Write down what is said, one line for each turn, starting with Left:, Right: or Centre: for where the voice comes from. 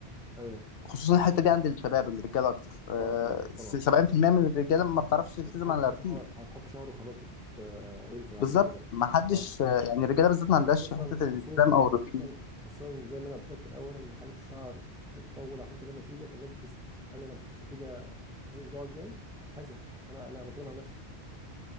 Centre: ايوه
Left: خصوصا الحته دي عند الشباب الرجاله اكتر آه،
Centre: اه طبعا
Left: 70%
Centre: طبعا
Left: من الرجاله ما بتعرفش تلتزم
Centre: هتحط
Left: على الروتين
Centre: شهر هتحط شهر وخلاص وتت... آه، وانسى بعد
Left: بالظبط
Centre: كده
Left: ما حدش
Centre: بقى اه
Left: آه، يعني الرجاله بالذات ما عندهاش
Centre: خصوصا
Left: حته
Centre: خصوصا
Left: الالتزام او الروتين
Centre: خصوصا
Left: دي.
Centre: خصوصا زي ما انا قلت لك في الاول ان حاجه الشعر بتطول عشان تبان نتيجه فالناس بتزهق انا لو ما شفتش نتيجه الاسبوع الجاي هزهق انا انا بتكلم عن نفسي